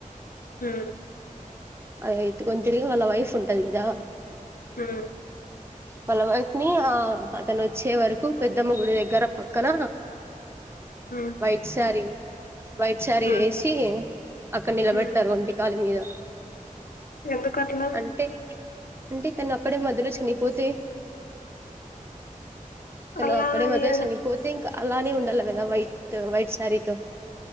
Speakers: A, on the left; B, on the right.
A: హు
B: అది ఎత్తుకొని తిరిగి వాళ్ళ వైఫ్ ఉంటది కదా
A: ఉమ్
B: వాల్ల వైఫ్ని ఆ అతను వచ్చే వరకు పెద్దమ్మ గుడి దగ్గర పక్కన
A: ఉమ్
B: వైట్ సారీ వైట్ శారీ
A: ఉమ్ ఉమ్,
B: వేసి అక్కడ నిలబెడతారు
A: ఉమ్.
B: ఒంటి కాలు మీద
A: ఎందుకట్లా
B: అంటె అంటే ఇతను అక్కడే మధ్యలో చనిపోతే తను
A: అలా
B: ఆక్కడె మొదల్
A: ఇగ
B: చనిగిపోతే ఇంకా అలానే ఉండాలి కదా వైట్ వైట్ శారీతో